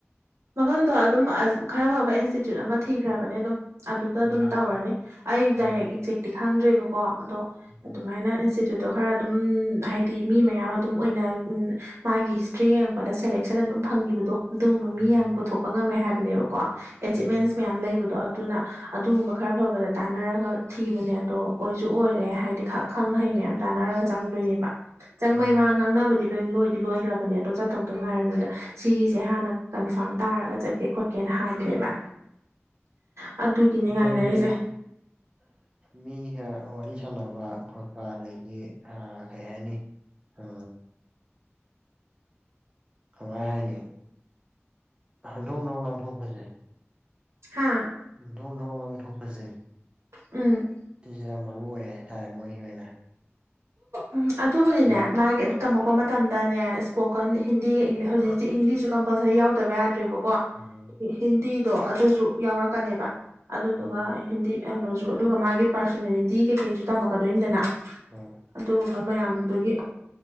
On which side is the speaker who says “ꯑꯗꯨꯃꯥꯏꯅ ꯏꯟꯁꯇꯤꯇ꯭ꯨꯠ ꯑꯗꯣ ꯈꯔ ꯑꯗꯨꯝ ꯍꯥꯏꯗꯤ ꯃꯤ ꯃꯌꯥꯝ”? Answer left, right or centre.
Right